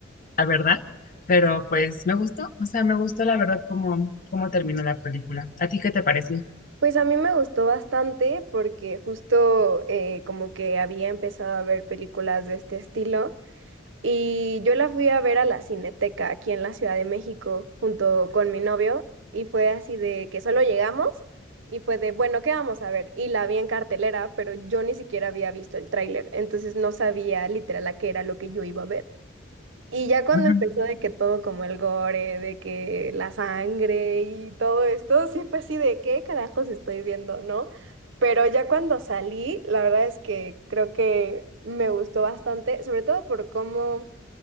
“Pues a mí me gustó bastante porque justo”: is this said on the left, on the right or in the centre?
Right